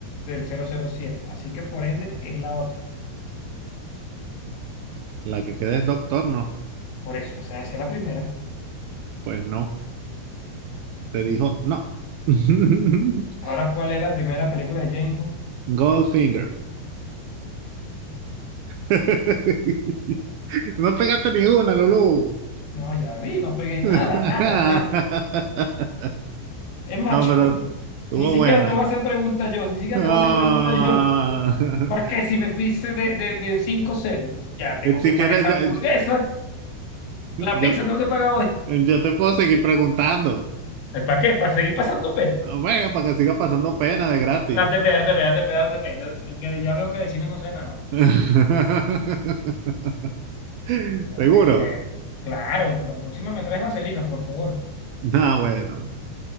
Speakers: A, on the left (about 85°); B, on the right (about 75°).
A: del cero cero siete Así que por ende es la otra.
B: La que queda es Doctor No.
A: Por eso, esa, esa es la primera.
B: Pues no, te dijo no. <laughs>
A: Ahora, ¿cuál es la primera película de James Bond?
B: Goldfinger. <laughs> No pegaste ni una, Lulú.
A: No, ya vi, no pegué
B: <laughs>
A: nada, nada, nada. Es más,
B: No,
A: chico,
B: pero
A: ni,
B: estuvo
A: ni siquiera
B: buena.
A: te voy a hacer pregunta yo, ni siquiera
B: Ah,
A: te voy a hacer pregunta yo. ¿Para qué?
B: <laughs>
A: Si me fuiste de, de, de cinco cero ya tengo
B: si
A: que pagar
B: quieres,
A: esa
B: yo,
A: hamburguesa, la
B: yo-
A: pizza tengo que pagar hoy.
B: yo te puedo seguir preguntando.
A: ¿Ay, ¿Para qué? ¿Para seguir pasando pena?
B: Bueno, para que siga pasando pena de gratis.
A: Date pena, date pena, date pena, date pena. Que, que ya veo que de cine no sé nada.
B: <laughs> ¿Seguro?
A: Me- me- Claro, pues la próxima me traes vaselina, por favor.
B: Ah, bueno.